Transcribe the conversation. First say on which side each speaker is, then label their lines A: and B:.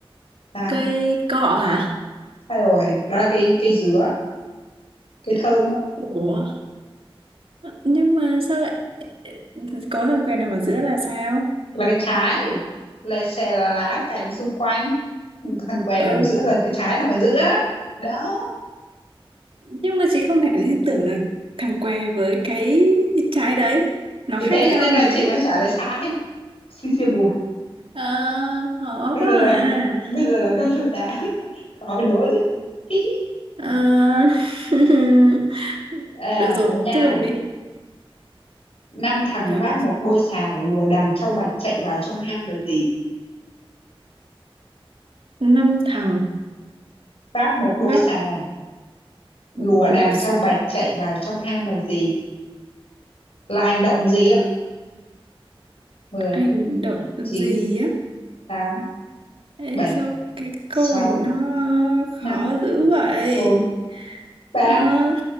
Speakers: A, on the left; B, on the right.
A: 8.
B: cây cọ hả
A: Sai rồi, đó là cây cây dứa. cái thơm á
B: ủa nhưng mà sao lại có thằng què nằm ở giữa là sao
A: là cái trái lè xè là lá cành xung quanh thằng què nằm
B: ừ
A: giữa là cái trái nằm ở giữa đó
B: nhưng mà chị không thể liên tưởng được thằng què với cái trái đấy nó
A: thì thế
B: khác nhau
A: cho nên là
B: mà
A: chị mới trả lời sai <laughs> xì xì bụt
B: ờ khó
A: bây
B: quá
A: giờ là
B: à
A: bây giờ là câu thứ tám khỏi đố chứ
B: ờ, <laughs>
A: <laughs> à,
B: được rồi
A: đố nha
B: tiếp tục đi
A: năm thằng
B: được
A: vác một đôi sào lùa đàn trâu bạch chạy vào trong hang là gì
B: năm thằng
A: vác một đôi
B: vác
A: sào lùa
B: một đôi
A: đàn
B: sào
A: trâu bạch chạy vào trong hang là gì là hành động gì á mười
B: hành động
A: chín
B: gì á
A: tám
B: Ê,
A: bảy
B: sao cái câu
A: sáu
B: này nó khó
A: năm
B: dữ vậy
A: bốn ba
B: ờ,